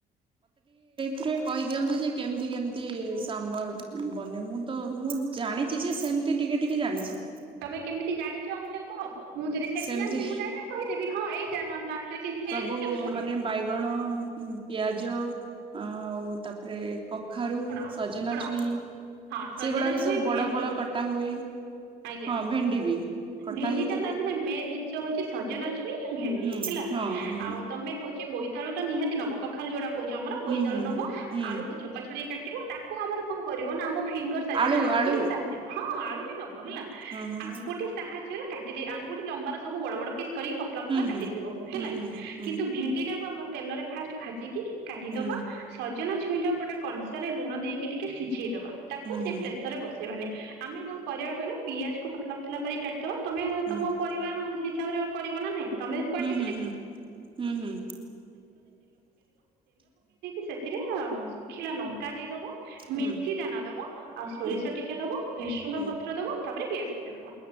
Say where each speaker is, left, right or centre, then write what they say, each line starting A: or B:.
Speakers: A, on the right; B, on the right.
A: ଥିରେ କହିଦିଅନ୍ତୁ ଯେ କେମିତି କେମିତି ସାମ୍ବର ବନେ ମୁଁ ତ ମୁଁ ଜାଣିଛି ଯେ ସେମତି ଟିକେ ଟିକେ ଜାଣିଛି।
B: ତମେ କେମିତି ଜାଣିଛ ମତେ କୁହ ମୁଁ ଯଦି ସେମିତି
A: ସେମତି
B: ଜାଣିଛି ମୁଁ ଡାଇରେକ୍ଟ କହିଦେବି ହଁ ଏଇଟା ନହେଲେ ତା ଭିତରେ କିଛି ଚେଞ୍ଜ
A: ସବୁ
B: ହେଲେ ମୁଁ କହିଦେବି
A: ମାନେ ବାଇଗଣ ପିଆଜ ଆଉ ତାପରେ କଖାରୁ
B: ଶୁଣ
A: ସଜନା
B: ଶୁଣ
A: ଛୁଇଁ
B: ହଁ ସଜନା
A: ସେଗୁଡାକ
B: ଛୁଇଁ
A: ସବୁ ବଡ
B: ଭେଣ୍ଡି
A: ବଡ କଟା ହୁଏ।
B: ଆଜ୍ଞା
A: ହଁ ଭେଣ୍ଡି ବି କଟା
B: ଭେଣ୍ଡି
A: ହେଇଥିବ
B: ଟା ତା ଦେହରେ ମେନ୍ ଜିନିଷ ହଉଛି ସଜନା। ଛୁଇଁ ଭେଣ୍ଡି
A: ହୁଁ
B: ହେଲା
A: ହଁ ହଁ
B: ଆଉ ତମେ ହଉ ସେ ବୋଇତାଳୁ ଟା ନିହାତି ନବ କଖାରୁ ଯଉଟା କହଉଛୁ ଆମର ବୋଇତାଳୁ
A: ହୁଁ ହୁଁ
B: ନବ
A: ହୁଁ ହୁଁ
B: ଆଳୁକୁ ଚୋପ ଛଡେଇ କା ଟିବି ତାକୁ ଆମର କଣ କରିବ ନା ଆମ ଫିଙ୍ଗର ସାଇଜ
A: ଆଳୁ
B: ମାନେ ଆଙ୍ଗୁଳି
A: ଆଳୁ
B: ସାହାଯ୍ୟରେ। <unintelligible> ହେଲା
A: ହଁ ହଁ
B: ତାଙ୍କୁ ସାହାଯ୍ୟରେ କାଟିଦେଇ ଆଙ୍ଗୁଠି ଲମ୍ବାର ସବୁ ବଡ ବଡ। ପିସ୍ କରିକି ପତଳା ପତଲା କାଟିଥିବ
A: ହୁଁ
B: ହେଲାକି
A: ହୁଁ ହୁଁ ହୁଁ
B: କିନ୍ତୁ ଭେଣ୍ଡି ଟାକୁ ଆମର ତେଲରେ ଫାଷ୍ଟ ଭାଜିକି କାଢିଦବା
A: ହୁଁ
B: ସଜନା। ଛୁଇଁଟାକୁ ଗୋଟେ କଂସାରେ ଲୁଣ ଦେଇକି ଟିକେ ସିଝେଇଦବା। ତାକୁ
A: ହୁଁ
B: ସେଇ
A: ହୁଁ
B: ପ୍ରେସର ରେ ବସେଇବାନି। ଆମେ କଣ କରିବା କହିଲୁ ପିଆଜ କୁ ପତଳା ପତଳା। ପତଲା କରିକି କାଟିଦବା ତମେ
A: ହୁଁ
B: ତମ ପରିବାର ବସି ହିସାବରେ କରିବ ନା ନାହିଁ। ତମେ କ୍ଵାଣ୍ଟିଟି
A: ହୁଁ ହୁଁ ହୁଁ ହୁଁ ହୁଁ
B: ଏଥିରେ ଶୁଖିଲା ଲଙ୍କା କା ଦେଇଦବ। ମେଥି
A: ହୁଁ
B: ଦାନା ଦବ ଆଉ ସୋରିଷ
A: ତେନ୍ତୁଲି ହଁ।
B: ଟିକେ ଦବ ଭୁସଙ୍ଗା
A: ହୁଁ
B: ପତ୍ର ଦବ ତାପରେ ପିଆଜ ପକେଇ ଦବ।